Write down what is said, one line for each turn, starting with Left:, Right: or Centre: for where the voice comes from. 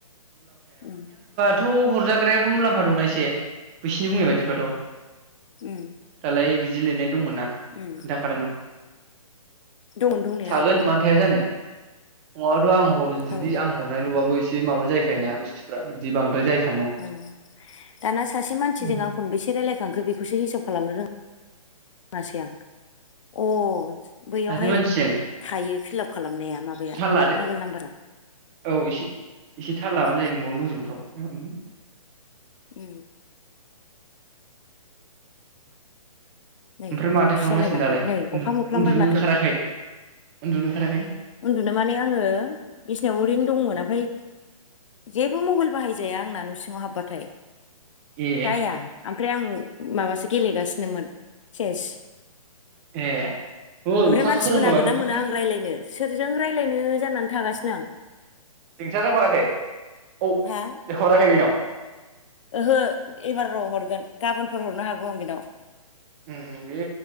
Left: उम
Right: थ हरजाग्रायाबो मुलाम्फा दं ना एसे बिसोरनि बुंनाय बायदिब्लाथ
Left: उम
Right: दालाय जिल ने दंमोनना खोन्थाखादोंमोन।
Left: उम दंमोन दंनाया
Right: थागोन
Left: आं
Right: मानोथायाया जानो नङाबाथ आं जुदि
Left: औ
Right: आं हरनायल बाबो एसे माबा जायखायना बुस्थुफ्रा बिदि बद्राय जायखायो
Left: औ दाना सासे मानसिजों
Right: उम
Left: आं खनबेसे रायलायखांखो बेखौसो हिसाब खालामनो रों यासै आं अ बैयावहाय
Right: सासे मानसिजों
Left: थायो फिलाप खालामनाया माबाया
Right: थाल लादो
Left: मबाइल नाम्बारा
Right: औ एसे एसे थाल लाबानो
Left: औ
Right: जायो नोंबावनो दंजोबोथ' औ
Left: उ नै
Right: ओमफ्राय
Left: गोबावसो
Right: माथो खालामगासिनो
Left: जालायलांबाय
Right: दालाय
Left: नै
Right: उन्दु
Left: अखा मोफ्लामबाय
Right: उन्दुनो
Left: माथो
Right: ओंखाराखै उन्दुनो ओंखाराखै?
Left: उन्दुनो माने आंङो बिसिनायाव ओरैनो दंमोन ओमफ्राय जेबो मबाइल बाहायजाया आंना न सिंङाव हाबबाथाय ।
Right: ए
Left: जाया ओमफ्राय आं माबासो गेलेगासिनोमोन सेस
Right: ए ओ
Left: ओमफ्राय
Right: अखा
Left: मानसिबो
Right: खोरोमबाय
Left: नागिरना
Right: माथो अखा
Left: मोना
Right: फै
Left: आं रायलायनो। जों रायलायनो जानानै थागासिनो आं
Right: नोंस्रानो हराखै औ
Left: हा
Right: <unintelligible>
Left: ओहो एबारनो हरगोन गाबोनफोर हरनो हागौ आं बेनाव
Right: उ उ बे